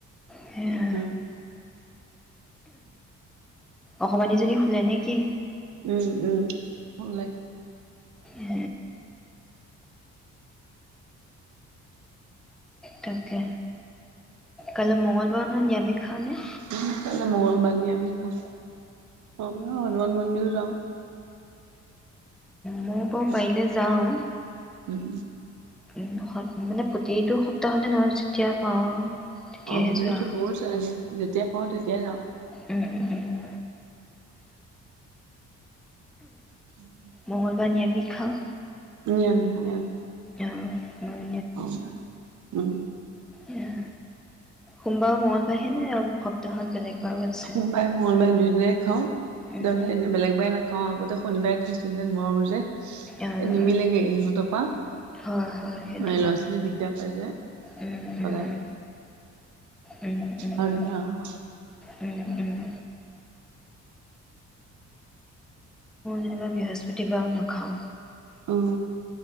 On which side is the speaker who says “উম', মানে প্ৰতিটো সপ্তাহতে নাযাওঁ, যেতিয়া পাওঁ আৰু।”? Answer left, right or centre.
Centre